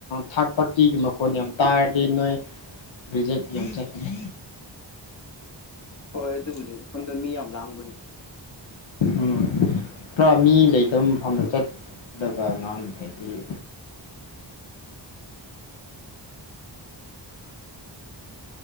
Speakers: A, on the left; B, on the left.
A: ꯊꯥꯔꯠ ꯄꯥꯔꯇꯤꯒꯤ ꯃꯈꯣꯟ ꯌꯥꯝ ꯇꯥꯔꯗꯤ ꯅꯣꯏ ꯕ꯭ꯔꯤꯖꯦꯛ ꯌꯥꯝ ꯆꯠꯈꯤꯦ
B: ꯍꯣꯏ ꯑꯗꯨꯕꯨꯗꯤ ꯃꯗ ꯃꯤ ꯌꯥꯝ ꯂꯥꯡꯕꯩꯅꯤ
A: ꯎꯝ ꯈꯔ ꯃꯤ ꯂꯩꯇꯕ ꯃꯐꯝꯗ ꯆꯠꯂꯒ ꯉꯥꯡ꯭ꯔꯦꯗꯤ ꯎ